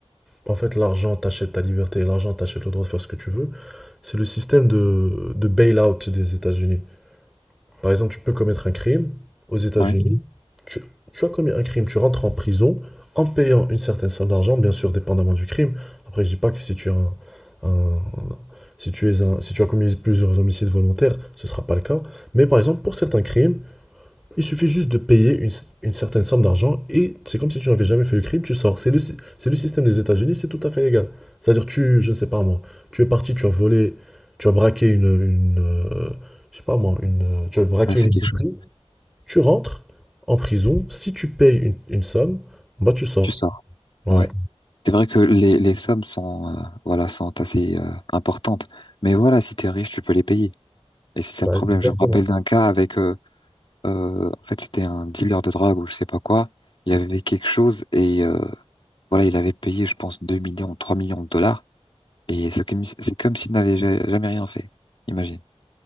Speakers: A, in the centre; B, on the left.
A: en fait, l'argent t'achète ta liberté, l'argent t'achète le droit de faire ce que tu veux, c'est le système de, de bail-out des États-Unis. Par exemple, tu peux commettre un crime aux États-Unis.
B: Ouais.
A: Tu, tu as commis un crime, tu rentres en prison en payant une certaine somme d'argent, bien sûr, dépendamment du crime. Après, je dis pas que si tu as un, un- si tu es un, si tu as commis plusieurs homicides volontaires, ce sera pas le cas. Mais par exemple, pour certains crimes, il suffit juste de payer une, une certaine somme d'argent et c'est comme si tu n'avais jamais fait le crime, tu sors. C'est le, c'est le système des États-Unis, c'est tout à fait légal. C'est-à-dire, tu, je ne sais pas moi, tu es parti, tu as volé, tu as braqué une, une, euh, je sais pas moi, une, euh, tu as braqué
B: Ça fait
A: une épicerie,
B: quelque chose.
A: tu rentres en prison, si tu payes une, une somme, bah tu sors.
B: Tu sors.
A: Ouais,
B: Ouais. C'est vrai que les, les sommes sont euh, voilà, sont assez euh, importantes. Mais voilà, si t'es riche, tu peux les payer. Et c'est ça
A: Bah,
B: le problème.
A: exactement.
B: Je me rappelle d'un cas avec euh, euh, en fait, c'était un dealer de drogue ou je sais pas quoi. Il avait quelque chose et euh, voilà, il avait payé je pense 2 millions, 3 millions de dollars. Et c'est comme, c'est comme s'il n'avait ja- jamais rien fait, imagine.